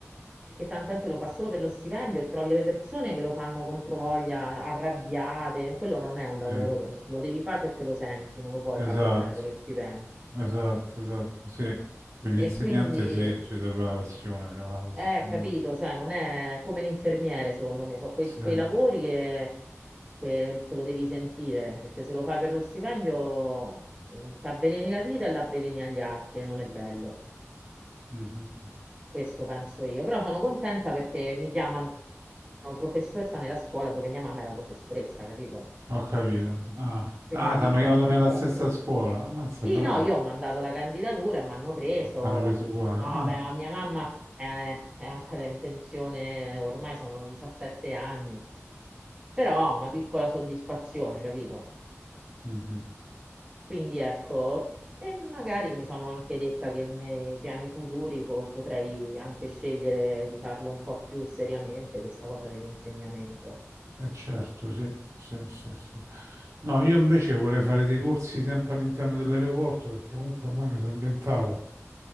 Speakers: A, on the right; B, on the right.
A: Perché tanta gente lo fa solo per lo stipendio e trovi delle persone che lo fanno controvoglia, arrabbiate. Quello non è un lavoro,
B: Eh,
A: che- lo devi fare perché lo senti, non lo puoi
B: esatto,
A: fare per prendere lo stipendio.
B: esatto, esatto, sì. Per l'insegnante
A: E quindi,
B: sì, ci serve la passione, cioè la passione.
A: eh, capito, cioè non è come l'infermiere, secondo me, sono quei,
B: Sì.
A: quei lavori che, che te lo devi sentire, perché se lo fai per lo stipendio mm, ti avveleni la vita e l'avveleni agli altri e non è
B: Mhm.
A: bello.
B: Mhm.
A: questo penso io, però sono contenta perché mi chiamano professoressa nella scuola dove mia mamma era professoressa, capito?
B: Ho capito. Ah,
A: Quindi
B: ah
A: una
B: ti
A: piccola
B: hanno chiamato
A: soddisfazione.
B: nella stessa scuola. Ammazza,
A: Sì,
B: bravo,
A: no, io ho mandato la candidatura e mi hanno preso.
B: ti hanno preso uguale.
A: No, vabbè,
B: Ah.
A: ma mia mamma eh, è andata in pensione ormai sono 17 anni, però una piccola soddisfazione, capito?
B: mhm.
A: Quindi ecco, e magari mi sono anche detta che nei piani futuri po- potrei anche scegliere di farlo un po' più seriamente, questa cosa dell'insegnamento.
B: Eh certo, sì, sì, sì, sì. No, io invece vorrei fare dei corsi sempre all'interno dell'aeroporto perché comunque ormai mi sono ambientato.